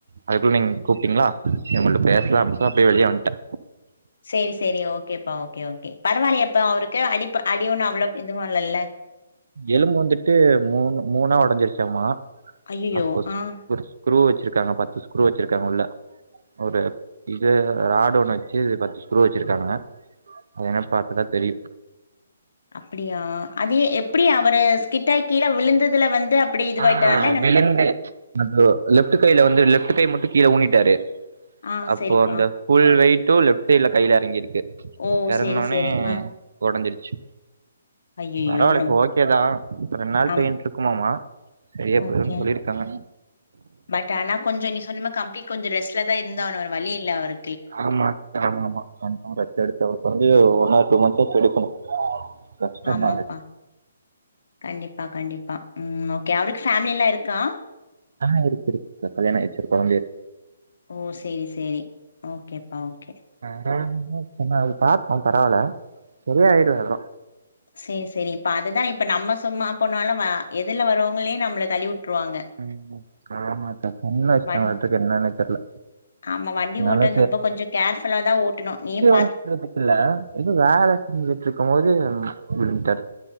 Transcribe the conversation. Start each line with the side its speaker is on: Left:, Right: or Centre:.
Right: அதுக்குள்ள நீங்க கூப்ட்டீங்களா செரி உங்கள்ட பேசலா அப்டின்னு சொல் அப்டியே வெளிய வன்ட்டே
Left: சேரி சேரி ஓகேப்பா ஓகே ஓகே பரவாயில்லையா இப்ப அவருக்கு அடிப்ப அடி ஒண்ணு அவ்ளோ இது எதுவு இல்லல்ல
Right: எலும்பு வந்துட்டு மூணு மூணா ஒடஞ்சிருச்சாமா
Left: ஐயயோ
Right: அப்போ
Left: ஆ
Right: ஸ்க்ரூ வச்சிருக்காங்க பத்து ஸ்க்ரூ வச்சிருக்காங்க உள்ள ஒரு இது ராடு ஒன்னு வச்சு பத்து ஸ்க்ரூ வச்சிருக்காங்க அது என்னானு பாத்தா தா தெரியு
Left: அப்படியா அதே எப்டி அவரு ஸ்கிட்டாயி கீழ விழுந்ததுல வந்து அப்டி இதுவாயிட்டனால
Right: ஆ
Left: நம்
Right: விழுந்து <unintelligible> லெஃப்ட்டு கைல வந்து லெஃப்ட்டு கை மட்டு கீழ ஊனிட்டாரு
Left: ஆ
Right: அப்போ
Left: செரிப்பா
Right: அந்த ஃபுல் வெய்ட்டு லெஃப்ட் சைட்ல கைல எறங்கியிருக்கு
Left: ஓ
Right: எறங்னோனே
Left: செரி செரி ஆ
Right: ஒடஞ்சிருச்சு
Left: ஐயையோ
Right: பரவால்ல
Left: நம்
Right: இப்ப ஓகேதா ரெண் நாள்
Left: ஆம்
Right: பெய்ன்ருக்குமாமா செரியா போயிருன்
Left: ஓகே
Right: சொல்லிருக்காங்க
Left: பட் ஆனா கொஞ்சோ நீ சொன்னம்மா கம்ப்ளீட் கொஞ்சோ ரெஸ்ட்ல தா இருந்தாவனு வேற வழி இல்ல அவரு
Right: ஆமா ஆமாமா கன்ஃபார்ம் ரெஸ்ட் எடுத்தாவனு கொறஞ்சது ஒரு ஒன் ஆர் டூ மன்த்ஸ் ஆச்சு எடுக்கணு கஷ்டந்தா
Left: ஆமாப்பா
Right: அது
Left: கண்டிப்பா கண்டிப்பா ம் ஓகே அவருக்கு ஃபேம்லில்லாருக்கா
Right: ஆ இருக்கு இருக்குக்கா கல்யாணோ ஆயிருச்சு ஒரு கொழந்தையேரு
Left: ஓ சேரி சேரி ஓகேப்பா ஓகே
Right: ஆரம்பத்லே சொன்னாரு <unintelligible> பரவால்ல சரியாயிடு அதல்லா
Left: சேர் சேரி இப்ப அதுதா இப்ப நம்ம சும்மா போனாலு வ எதுர்ல வரோங்களே நம்மள தள்ளிவுட்ருவாங்க
Right: ம் ஆமாக்கா கண்ல அச்ட்டாங்களாட்டுக்கு
Left: வண்
Right: என்னன்னே தெர்ல
Left: ஆமா வண்டி
Right: அதனால
Left: ஓட்ட ரொம்ப கொஞ்சோ கேர்ஃபுல்லா தா ஓட்டணு நீ பா
Right: ஓட்றதுக்குல்ல எது வேல செஞ்சுட்ருக்கம்போது விழுந்துட்டாரு